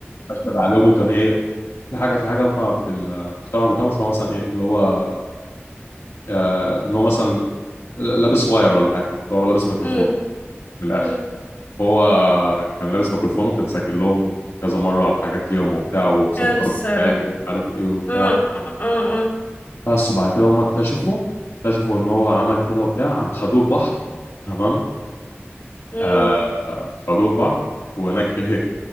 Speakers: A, on the left; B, on the left.
A: ارشد عليهم وكان ايه في حاجه في حاجه هم في المجتمع بتاعهم اسمها مثلا ايه اللي هو آه، ان هو مثلا لابس واير ولا حاجه هو لابس ميكروفون
B: أمم،
A: من الاخر
B: أمم.
A: هو كان لابس ميكروفون وكان سجل لهم كذا مره حاجات ليهم وبتاع
B: <laughs>
A: وصفقات
B: كارثة
A: بتتعمل ومش عارف ايه وبتاع
B: اه اه اه
A: بس وبعد كده هم اكتشفوا اكتشفوا ان هو عمل كده وبتاع قام خدوه البحر تمام
B: مم.
A: آه خدوه البحر وهناك ايه